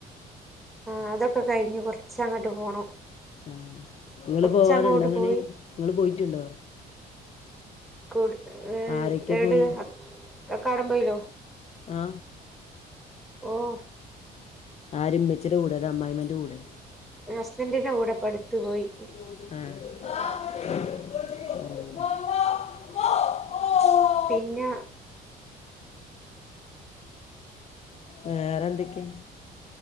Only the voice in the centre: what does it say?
ആ അതൊക്കെ കഴിഞ്ഞ് കൊറച്ചങ്ങട്ട് പോണം.
കുറച്ചങ്ങോട്ട്
പോയി
കൂ ഏഹ്
ഏട്
കക്കാടംപൊയിലൊ.
ഓഹ്.
ഹസ്ബന്റിന്റെ കൂടെ ഇപ്പട്ത്ത് പോയി.
പിന്ന